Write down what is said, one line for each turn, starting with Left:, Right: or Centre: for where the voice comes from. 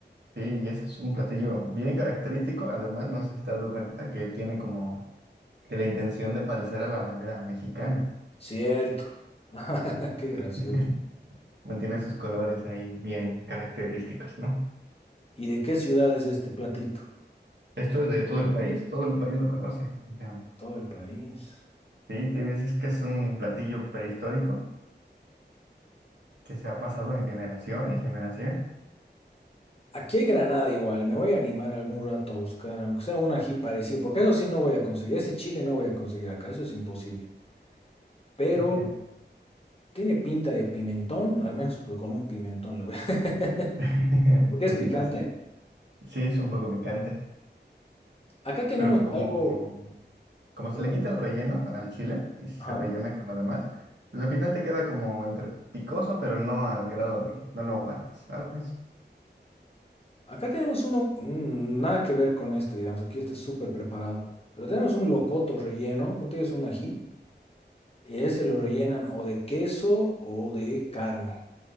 Right: Sí, y ese es un platillo bien característico. Además, no sé si te has dado cuenta que tiene como que la intención de parecer a la bandera mexicana.
Left: Cierto. <laughs> Qué gracioso.
Right: <laughs> Mantiene sus colores ahí bien característicos, ¿no?
Left: ¿Y de qué ciudad es este platito?
Right: Esto es de todo el país, todo el país lo conoce. O sea,
Left: Todo el país.
Right: sí, te ves, es que es un platillo prehistórico que se ha pasado en generación y generación.
Left: Aquí hay Granada igual, me voy a animar algún rato a buscar, aunque sea un ají parecido, porque eso sí no voy a conseguir, ese chile no voy a conseguir acá, eso es imposible. Pero
Right: Ok.
Left: tiene pinta de pimentón, al menos pues, con un pimentón le voy a...
Right: <laughs> Un
Left: <laughs> Porque
Right: poquito
Left: es picante.
Right: sí Sí, es un poco picante,
Left: Acá tenemos
Right: pero como,
Left: algo,
Right: como
Left: perdón,
Right: se le quita el relleno al chile y se
Left: ajá.
Right: rellena con lo demás, pues al final te queda como entre picoso, pero no al grado de que no lo aguantes, ¿sabes?
Left: Acá tenemos uno, mm, nada que ver con este, digamos, aquí este es súper preparado, pero tenemos un locoto relleno, como te digo, es un ají Y ese lo rellenan
Right: Mm.
Left: o de queso o de carne.